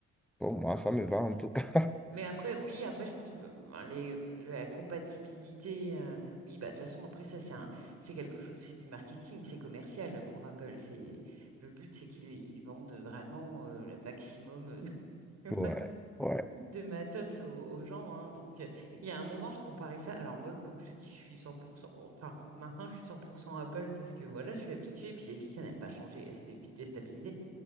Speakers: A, in the centre; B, on the right.
A: pour moi, ça me va, en tout cas. <laughs>
B: Mais après, oui, après, je pense me- ben, les, la compatibilité. euh, oui, bah, de toute façon, après, ça, c'est un, c'est quelque chose, c'est du marketing, c'est commercial pour Apple. C'est, le but, c'est qu'ils ils vendent vraiment euh, le maximum de <laughs>
A: Ouais, ouais,
B: de matos aux, aux gens. hein. donc, euh, il y a un moment, je comparais ça. Alors, moi, comme je te dis, je suis 100%, enfin, maintenant, je suis 100% Apple parce que voilà, je suis habituée. Et puis, les filles, ça n'aime pas changer. C'est des- vite déstabilisé.